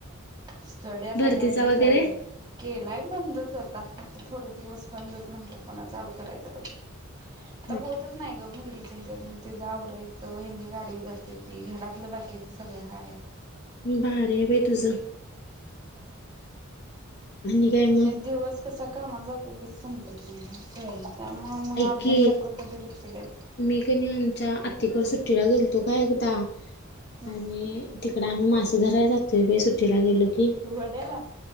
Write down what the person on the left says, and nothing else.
भरतीचा
वगैरे
हा
ह <unintelligible>
भारी आहे बाई तुझं. आणि काय
मग
ऐक
की
मी कणी आमच्या आतीकड सुट्टीला गेलतो काय एकदा
आणि तिकड आम्ही मास धरायला जातोय बाई सुट्टीला गेलो की.